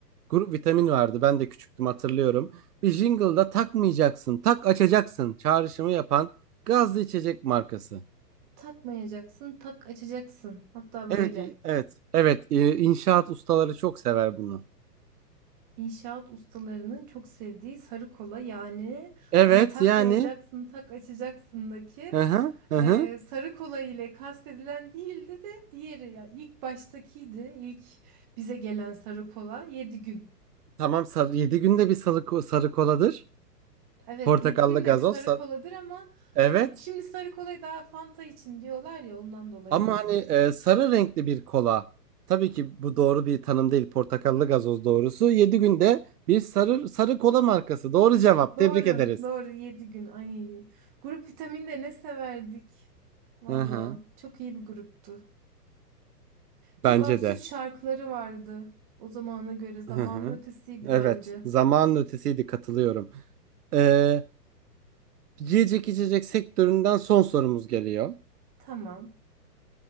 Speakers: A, on the right; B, on the right.
A: Grup vitamin vardı ben de küçüktüm hatırlıyorum. Bir jingle'da takmayacaksın tak açacaksın çağrışımı yapan gazlı içecek markası.
B: Takmayacaksın, tak açacaksın. Hatta böyle.
A: Evet, i- evet, evet. e, İnşaat ustaları çok sever bunu.
B: İnşaat ustalarının çok sevdiği sarı kola yani
A: Evet,
B: ama takmayacaksın
A: yani.
B: tak açacaksındaki
A: Hı hı, hı
B: e,
A: hı.
B: sarı kola ile kastedilen değildi de diğeri ya ilk baştakiydi ilk bize gelen sarı kola 7 gün.
A: Tamam, sarı, 7 günde bir sarı, ko- sarı koladır.
B: Evet
A: Portakallı
B: yedi gün de
A: gazoz.
B: bir sarı
A: sa-
B: koladır ama hani
A: Evet.
B: şimdi sarı kolayı daha Fanta için diyorlar ya ondan dolayı
A: Ama
B: dedim.
A: hani e, sarı renkli bir kola. Tabii ki bu doğru bir tanım değil. Portakallı gazoz doğrusu. 7 günde bir sarı sarı kola markası. Doğru cevap.
B: Doğru
A: Tebrik ederiz.
B: doğru 7 gün ay grup vitaminde ne severdik. Valla
A: Hı hı.
B: çok iyi bir gruptu. Çok
A: Bence
B: absürt
A: de.
B: şarkıları vardı. O zamana göre zamanın
A: Hı hı.
B: ötesiydi
A: Evet.
B: bence.
A: Zamanın ötesiydi. Katılıyorum. Ee, yiyecek içecek sektöründen son sorumuz geliyor.
B: Tamam.